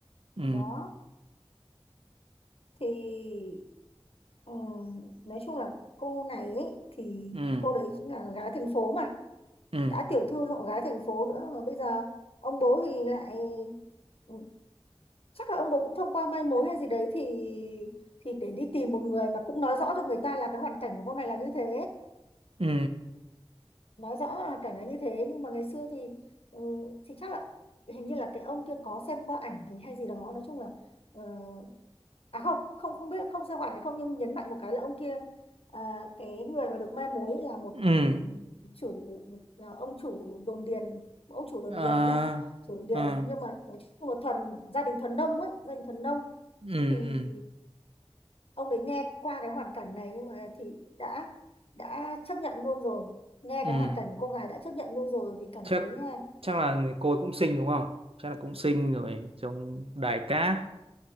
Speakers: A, on the right; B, on the left.
A: Ừ.
B: đó thì ừ, nói chung là cô này ấy, thì
A: Ừ.
B: cô đấy cũng là gái thành phố mà
A: Ừ.
B: đã tiểu thư rồi còn gái thành phố nữa mà bây giờ ông bố thì lại ừ, chắc là ông bố cũng thông qua mai mối hay gì đấy thì thì để đi tìm một người mà cũng nói rõ cho người ta là cái hoàn cảnh của cô này là như thế
A: Ừ.
B: nói rõ là hoàn cảnh là như thế nhưng mà ngày xưa thì ừ, thì chắc là hình như là cái ông kia có xem qua ảnh thì hay gì đó nói chung là ờ, à không không không biết không xem qua ảnh hay không nhưng nhấn mạnh một cái là ông kia à, cái người mà được mai mối là một
A: Ừ.
B: ừ, chủ một, à, ông chủ đồn điền ông chủ đồn
A: À.
B: điền nhá chủ đồn điền
A: À.
B: nhưng mà nói chung là thuần gia đình thuần nông ấy gia đình thuần nông
A: Ừ.
B: thì
A: Ừ.
B: ông đấy nghe qua cái hoàn cảnh này nhưng mà thì đã đã chấp nhận luôn rồi nghe
A: Ừ.
B: cái hoàn cảnh của cô gái đã chấp nhận luôn rồi vì cảm
A: Chắc
B: thấy là
A: chắc là cô ấy cũng xinh đúng không? Chắc là cũng xinh rồi, trông đài cát,